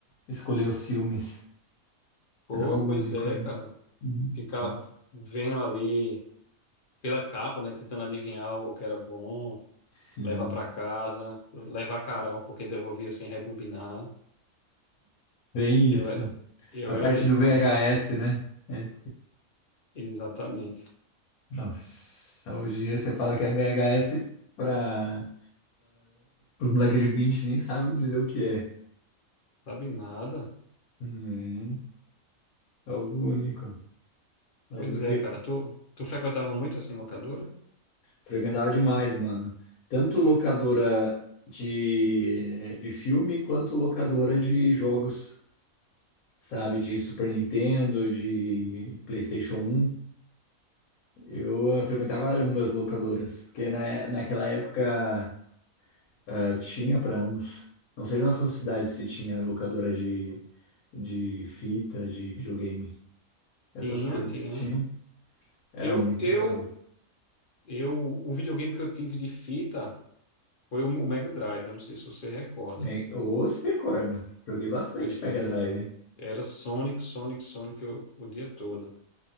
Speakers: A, on the left; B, on the left.
A: escolher os filmes.
B: pô,
A: Era algo
B: pois
A: único,
B: é,
A: né?
B: cara.
A: Uhum.
B: Ficar vendo ali pela capa, né? Tentando adivinhar o que era bom,
A: Sim.
B: levar pra casa, levar carão, porque devolvia sem rebobinar.
A: Bem
B: Eu,
A: isso.
B: é- eu
A: A parte
B: era desse
A: do VHS,
B: tempo,
A: né? É.
B: exatamente.
A: Nossa, hoje em dia você fala que é VHS para os moleques de 20 nem sabem dizer o que é.
B: Sabe nada?
A: Hum, é algo único. Lembro
B: Pois
A: que
B: é, cara. Tu, tu frequentava muito assim locadora?
A: frequentava demais, mano. Tanto locadora de, de filme quanto locadora de jogos, sabe? De Super Nintendo, de PlayStation um Eu eh, frequentava ambas locadoras, porque na, naquela época. Ah, tinha para ambos. Não sei na sua cidade se tinha locadora de, de fita, de videogame. Essas
B: Tinha,
A: coisas
B: tinha.
A: tinha. Era
B: Eu,
A: muito
B: eu,
A: legal.
B: eu, o videogame que eu tive de fita. Foi o o Mega Drive, eu não sei se você recorda.
A: Me- Ou se recorda. Joguei bastante
B: Pois
A: Mega
B: é,
A: Drive. hein?
B: era Sonic, Sonic, Sonic o, o dia todo.